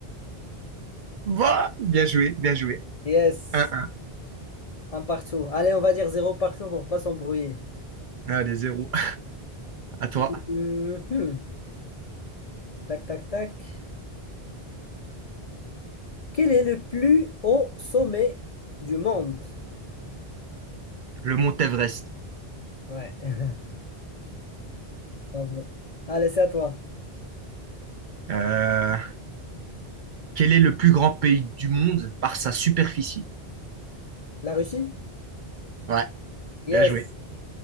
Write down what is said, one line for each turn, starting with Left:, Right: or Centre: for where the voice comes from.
Right: Bah, bien joué, bien joué.
Left: Yes,
Right: un, 1
Left: un partout. Allez, on va dire zéro partout pour pas s'embrouiller.
Right: Allez, 0. <laughs> À toi.
Left: Mhm. Tac, tac, tac. Quel est le plus haut sommet du monde?
Right: Le mont Everest.
Left: Ouais. <laughs> Bravo. Allez, c'est à toi.
Right: Euh, quel est le plus grand pays du monde par sa superficie?
Left: La Russie?
Right: Ouais,
Left: Yes.
Right: bien joué.